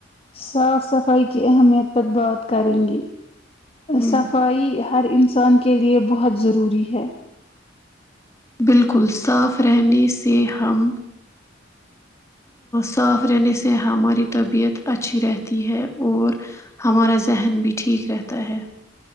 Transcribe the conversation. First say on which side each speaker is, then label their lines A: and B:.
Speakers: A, on the left; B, on the left.
A: صاف صفائی کی اہمیت پر بات کریں گی
B: ہوں،
A: صفائی ہر انسان کے لیے بہت ضروری ہے
B: بالکل صاف رہنے سے ہم صاف رہنے سے ہماری طبیعت اچھی رہتی ہے اور ہمارا ذہن بھی ٹھیک رہتا ہے